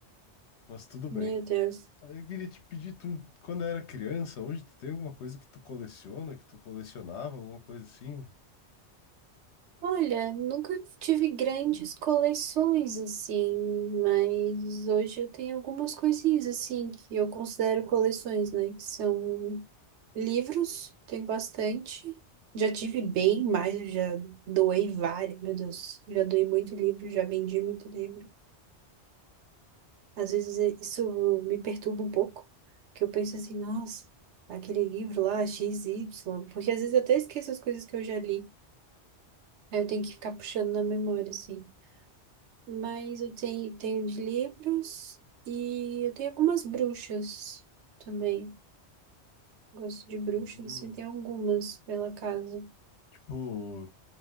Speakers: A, on the left; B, on the right.
A: Mas tudo bem.
B: Meu Deus.
A: Aí eu queria te pedir, tu, quando era criança, hoje tu tem alguma coisa que tu coleciona, que tu colecionava, alguma coisa assim?
B: Olha, nunca tive grandes coleções assim, mas hoje eu tenho algumas coisinhas assim que eu considero coleções, né? Que são livros, tenho bastante. Já tive bem mais, eu já doei vários, meu Deus, já doei muito livro, já vendi muito livro. Às vezes é- isso me perturba um pouco, que eu penso assim, nossa, aquele livro lá, X Y. porque às vezes eu até esqueço as coisas que eu já li. Aí eu tenho que ficar puxando na memória, assim. Mas eu tenho, tenho de livros e eu tenho algumas bruxas também. Gosto de bruxas,
A: Hum,
B: assim, tem algumas pela casa.
A: tipo,